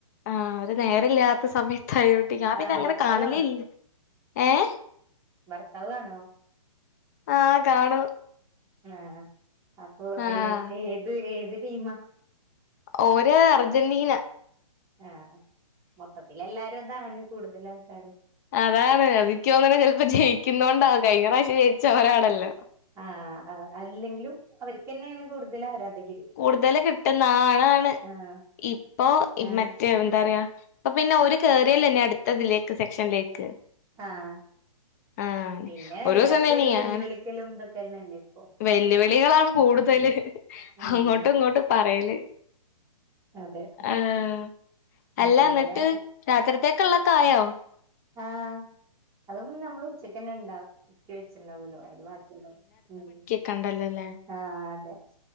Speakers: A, on the left (about 30°); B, on the right (about 15°).
A: ആഹ് ഒരു നേരല്യാത്ത സമയത്തായോണ്ടെ ഞാപിന്നെ
B: ആഹ്
A: അങ്ങനെ
B: ഭർത്താവ്
A: കാണലെല്ല ഏഹ്
B: ഭർത്താവ്വേണോ
A: ആഹ് കാണൂ
B: ആഹ് അപ്പൊ
A: ആഹ്
B: ഏഹ് ഏത് ഏത് ടീമാ
A: ഓര് അർജന്റീന
B: ആഹ് മൊത്തത്തിലെല്ലാരും താണ് കൂടുതലാൾക്കാരും
A: അതാണ് അതിക്കോന്ന്ണെ ചെൽപ്പോ ജയിക്കുന്നോണ്ടാ കഴിഞ്ഞറാവിശ്യം ജയിച്ചൊവരാണല്ലോ
B: ആഹ് ആഹ് അല്ലെങ്കിലും അവർക്കന്നെണ് കൂടുതൽ ആരാധകര്
A: കൂടുതല്കിട്ടുന്ന ആ ആളാണ്
B: ആഹ്
A: ഇപ്പൊ
B: ആഹ്
A: മറ്റേ എന്താറിയാ അപ്പൊപിന്നെ ഒരുകോറിയല്ലെന്നെ അടുത്തതിലേക്ക് സെക്ഷന്ലേക്ക്
B: ആഹ്
A: ആഹ്
B: പിന്നെ
A: ഒരുസം
B: എല്ലാർക്കും
A: തന്നിയാണ്
B: ഒരു വെല്ലുവിളിക്കലും ഇതൊക്കെന്നെല്ലേ ഇപ്പൊ
A: വെല്ലുവിളികളാണ് കൂടുതല് ഹങ്ങോട്ടുങ്ങോട്ടും
B: ഉം
A: പറയല്
B: അതെ
A: ആഹ് അല്ലന്ന്ട്ട്
B: ആഹ് ഇവിടെ
A: രാത്രിത്തേക്ക്ള്ള കായോ?
B: ആഹ് അത് നമ്മള് ഉച്ചക്കന്നെണ്ടാക്കി ത്തിവെച്ച്‌ണ്ടാവെലോ അയ്‌ല് ബാക്കി ണ്ടാവും ഉം ഉം
A: കണ്ടല്ലെല്ലേ
B: ആഹ് അതെ